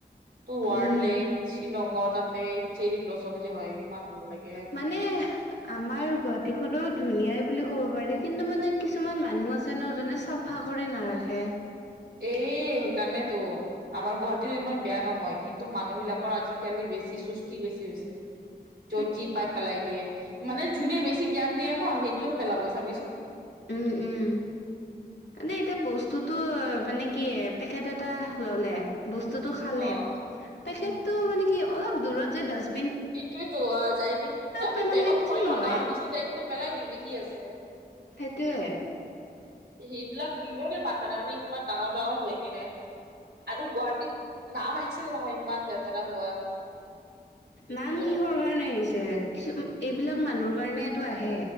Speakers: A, on the right (about 80°); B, on the left (about 90°).
A: তোৰ ৱাৰ্ড
B: উম
A: লেক। শ্বিলঙৰ তাতে চেৰি ব্লচম যে হয় ইমান ভাল লাগে।
B: মানে আমাৰ গুৱাহাটীখনো ধুনীয়াই বুলি ক'ব পাৰি। কিন্তু মানে কিছুমান মানুহ আছে ন যোনে চাফা কৰি নাৰাখে।
A: এই সেইকাৰণেতো। আমাৰ গুৱাহাটীও ইমান বেয়া নহয়। কিন্তু মানুহবিলাকৰ আজিকালি বেছি চুষ্টি বেছি হৈছে।
B: <inaudible>
A: য'ত যি পাই পেলাই দিয়ে। মানে যোনে বেছি জ্ঞান দিয়ে ন সেইটোয়ে পেলাব চাবিচোন।
B: উম, উম। মানে এতিয়া বস্তুটো মানে কি পেকেট এটা ল'লে। বস্তুটো খালে,
A: অ
B: পেকেটো
A: উম
B: মানে কি অলপ দূৰত যায় ডাষ্ট
A: এইটোয়েতো যায় কিনি
B: পেলালে
A: বেগত থৈয়
B: কি
A: ল
B: হয়
A: ন পিছত যায় কিনে পেলাই দিবি কি আছে।
B: সেইটোৱে।
A: সেইবিলাক নিজৰে মাথা নাই মানে ইমান ডাঙৰ ডাঙৰ হৈ কেনে। আৰু গুৱাহাটীত নাম আহিছিল নহয় ইমান লেতেৰা হোৱা।
B: নাম
A: বোলে
B: কিহৰ কাৰণে আহিছে, কিছু এইবিলাক মানুহৰ কাৰণটো আহে।